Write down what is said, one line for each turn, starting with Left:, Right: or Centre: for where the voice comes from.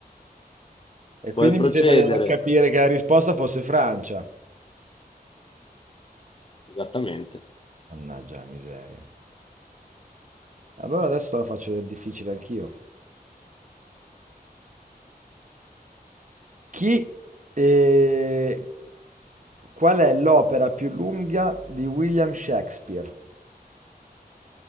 Right: E quindi
Left: Puoi procedere.
Right: mi sembra di non capire che la risposta fosse Francia.
Left: Esattamente.
Right: Mannaggia la miseria. Allora adesso te la faccio del difficile anch'io. Chi... eh, qual è l'opera più lunga di William Shakespeare?